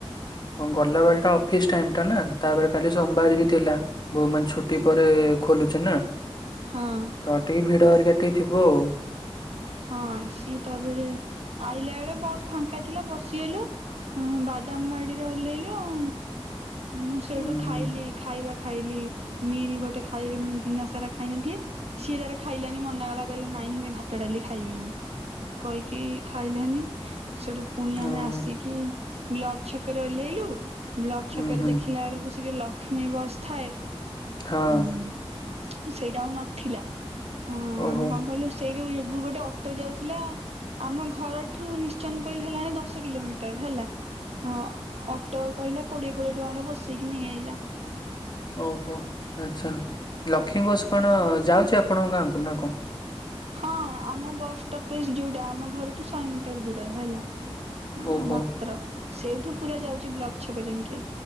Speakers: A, on the left (about 45°); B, on the right (about 80°).
A: ହଁ ଗଲାବେଳ ଟା ଅଫିସ୍ ଟାଇମ୍ ଟା ନା ତାପରେ କାଲି ସୋମବାର ବି ଥିଲା। ବହୁ ମାନେ ଛୁଟି ପରେ ଖୋଲୁଚି ନା।
B: ହଁ।
A: ତ ଟିକେ ଭିଡ ହେରିକା ଟିକେ ଥିବ ଆଉ।
B: ହଁ ସିଏ ତାପରେ ଆଇଲା ବେଳେ ବସ୍ ଫାଙ୍କା ଥିଲା ବସିଗଲୁ। ହଁ ବାଦାମ ବାଡିରେ ଓହ୍ଲେଇଲୁ ଆଉ ମୁଁ ସେଇଠୁ
A: ହୁଁ ହୁଁ
B: ଖାଇଲି। ଖାଇବା ଖାଇଲି ମିଲ୍ ଗୋଟେ ଖାଇବି ମୁଁ ଦିନସାରା ଖାଇନଥିଲି। ସିଏ ତାର ଖାଇଲାନି ମନାକଲା କହିଲା ନାଇଁ ମୁଁ ଏଇ ଭାତଡ଼ାଲି ଖା ଖାଇବିନି କହିକି ଖାଇଲାନି ସେଠୁ ପୁଣି ଆମେ
A: ଓହୋ
B: ଆସିକି ବ୍ଲକ ଛକରେ ଓହ୍ଲେଇଲୁ ବ୍ଲକ
A: ହୁଁ
B: ଛକରେ
A: ହୁଁ
B: ଦେଖିଲା ବେଳକୁ ସେ ଯୋଉ ଲ ଲକ୍ଷ୍ମୀବସଥାଏ
A: ହଁ।
B: ଉଁ ସେଇଟା ଆଉ ନଥିଲା। ହଁ
A: ଓହୋ
B: ଆମେ କଣ କହିଲୁ ସେଇ ଯୋଗୁ ଗୋଟେ ଅଟୋ ଯାଉଥିଲା ଆମ ଘରଠୁ ନିଶ୍ଚନକୋଇଲି ହେଲାଣି ଦଶ କିଲୋମିଟର ହେଲା। ହଁ ଅଟୋ କହିଲା କୋଡିଏ କୋଡିଏ ଟଙ୍କାରେ ବସେଇକି ନେଇ ଆଇଲା।
A: ଓହୋ ଆଚ୍ଛା ଲକ୍ଷ୍ମୀ ବସ୍‌ କଣ ଯାଉଛି ଆପଣଙ୍କ ଗାଁକୁ ନା କଣ?
B: ହଁ ଆମ ବସ୍ ଷ୍ଟପେଜ ଯୋଉଟା ଆମ ଘରଠୁ ଶହେ ମିଟର ଦୂର ହେଲା। ହଁ
A: ଓହୋ
B: ମାତ୍ର ସେଇଠୁ ପୁରା ଯାଉଛି ବ୍ଲକ ଛକ ଯାଙ୍କେ।